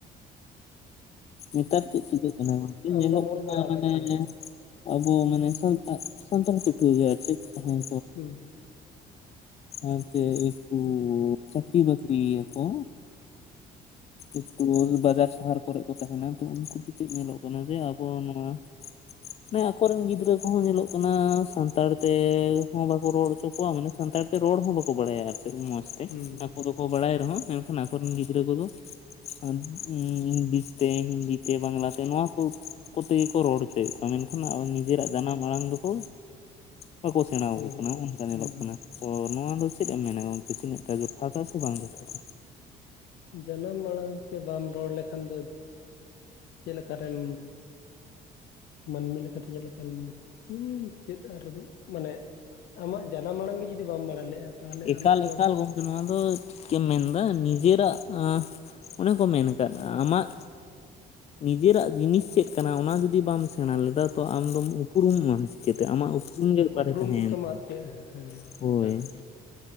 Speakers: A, on the left; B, on the left.
A: ᱱᱮᱛᱟᱨ ᱪᱮᱫ ᱪᱤᱠᱟᱹᱜ ᱠᱟᱱᱟ ᱜᱚᱝᱠᱮ
B: ᱟᱢᱫᱚᱢ
A: ᱧᱮᱞᱚᱜ
B: ᱚᱞ
A: ᱠᱟᱱᱟ
B: ᱵᱟᱲᱟ
A: ᱢᱟᱱᱮᱼᱼ
B: ᱟᱠᱟᱫ ᱪᱮ ᱵᱟᱝ
A: ᱟᱵᱚ ᱢᱟᱱᱮ ᱥᱟᱱᱛᱟᱲ ᱥᱟᱱᱛᱟᱲ ᱯᱟᱹᱴᱷᱩᱣᱟᱹ ᱜᱮ ᱟᱨ ᱪᱮᱫ ᱦᱮᱸ
B: ᱦᱩᱸ
A: ᱟᱪᱪᱮ ᱤᱠᱩ ᱪᱠᱨᱤ ᱵᱠᱨᱤ ᱟᱠᱚ ᱤ ᱠᱩᱞ ᱵᱟᱡᱟᱨ ᱥᱟᱦᱟᱨ ᱠᱚᱨᱮᱜᱼᱼ ᱠᱚ ᱛᱟᱦᱮᱱᱟ ᱛᱚ ᱩᱱᱠᱩ ᱠᱚ ᱪᱮᱫ ᱧᱮᱞᱚᱜ ᱠᱟᱱᱟ ᱡᱮ ᱟᱵᱚ ᱱᱚᱣᱟ ᱢᱟᱱᱮ ᱟᱠᱚ ᱨᱮᱱ ᱜᱤᱫᱽᱨᱟᱹ ᱠᱚᱦᱚᱸ ᱧᱮᱞᱚᱜ ᱠᱟᱱᱟ ᱥᱟᱱᱛᱟᱲ ᱛᱮ ᱦᱚᱸ ᱵᱟᱠᱚ ᱨᱚᱲ ᱦᱚᱪᱚ ᱠᱚᱣᱟ ᱢᱟᱱᱮ ᱥᱟᱱᱛᱟᱲ ᱛᱮ ᱨᱚᱲ ᱦᱚᱸ ᱵᱟᱠᱚ ᱵᱟᱲᱟᱭᱟ ᱟᱨ ᱪᱮᱫ ᱢᱚᱸᱡᱽ ᱛᱮ᱾
B: ᱦᱩᱸ
A: ᱟᱠᱚ ᱫᱚ ᱠᱚ ᱵᱟᱲᱟᱭ ᱨᱮᱦᱚᱸ ᱢᱮᱱᱠᱷᱟᱱ ᱟᱠᱚ ᱨᱮᱱ ᱜᱤᱫᱽᱨᱟᱹ ᱠᱚᱫᱚ <inaudible> ᱤᱝᱞᱤᱥ ᱛᱮ, ᱦᱤᱱᱫᱤ ᱛᱮ, ᱵᱟᱝᱞᱟ ᱛᱮ ᱱᱚᱣᱟ ᱠᱚ, ᱠᱚ ᱛᱮᱜᱮ ᱠᱚ ᱨᱚᱲ ᱦᱚᱪᱚᱭᱮᱫ ᱠᱚᱣᱟ ᱢᱮᱱᱠᱷᱟᱱ ᱱᱟᱦᱟᱜ ᱱᱤᱡᱮᱨᱟᱜ
B: ᱦᱩᱸ
A: ᱡᱟᱱᱟᱢ ᱢᱟᱲᱟᱝ ᱫᱚᱠᱚ, ᱵᱟᱠᱚ ᱥᱮᱬᱟᱣ
B: ᱦᱩᱸ
A: ᱟᱠᱚ ᱠᱟᱱᱟ ᱚᱱᱠᱟ ᱧᱮᱞᱚᱜ
B: ᱦᱩᱸ
A: ᱠᱟᱱᱟ᱾ ᱚ ᱱᱚᱣᱟ ᱫᱚ ᱪᱮᱫ ᱮᱢ ᱢᱮᱱᱟ ᱜᱚᱝᱠᱮ ᱛᱤᱱᱟᱹᱜ ᱴᱟ ᱡᱚᱛᱷᱟᱛᱟ ᱥᱮ ᱵᱟᱝ ᱡᱚᱛᱷᱟᱛᱟ?
B: ᱡᱟᱱᱟᱢ ᱟᱲᱟᱝ ᱛᱮ ᱵᱟᱢ ᱨᱚᱲ ᱞᱮᱠᱷᱟᱱ ᱫᱚ, ᱪᱮᱫ ᱞᱮᱠᱟᱨᱮᱢ ᱢᱟᱹᱱᱢᱤ ᱞᱮᱠᱟᱛᱮ ᱪᱮᱫ ᱞᱮᱠᱟᱱ ᱩᱸ ᱪᱮᱫ ᱟᱨ ᱢᱟᱱᱮ ᱟᱢᱟᱜ ᱡᱟᱱᱟᱢ ᱢᱟᱲᱟᱝ ᱜᱮ ᱡᱩᱫᱤ ᱵᱟᱢ ᱵᱟᱲᱟᱭ ᱞᱮᱜᱼᱟ, ᱛᱟᱦᱚᱞᱮ
A: ᱮᱠᱟᱞ
B: ᱟᱢ ᱛᱚ
A: ᱮᱠᱟᱞ ᱜᱚᱝᱠᱮ ᱱᱚᱣᱟ ᱫᱚ ᱴᱷᱤᱠᱮᱢ ᱢᱮᱱᱫᱟ ᱱᱤᱡᱮᱨᱟᱜᱟᱸ ᱚᱱᱮ ᱠᱚ ᱢᱮᱱ ᱠᱟᱫ ᱟᱢᱟᱜ ᱱᱤᱡᱮᱨᱟᱜ ᱡᱤᱱᱤᱥ ᱪᱮᱫ ᱠᱟᱱᱟ ᱚᱱᱟ ᱡᱩᱫᱤ ᱵᱟᱢ ᱥᱮᱬᱟ ᱞᱮᱫᱟ, ᱛᱚ ᱟᱢᱫᱚᱢ ᱩᱯᱩᱨᱢᱚᱜ ᱟᱢ ᱪᱤᱠᱟᱹᱛᱮ ᱟᱢᱟᱜ ᱩᱯᱨᱩᱢ ᱜᱮ ᱚᱠᱟᱨᱮ
B: ᱩᱯᱨᱩᱢ
A: ᱛᱟᱦᱮᱸᱭᱮᱱ
B: ᱜᱮᱛᱚᱢ
A: ᱛᱟᱢᱟ᱾
B: ᱟᱫ ᱠᱮᱜᱼᱟ ᱦᱮᱸ
A: ᱦᱳᱭ᱾
B: ᱮᱠᱟᱞ ᱮᱠᱟᱞ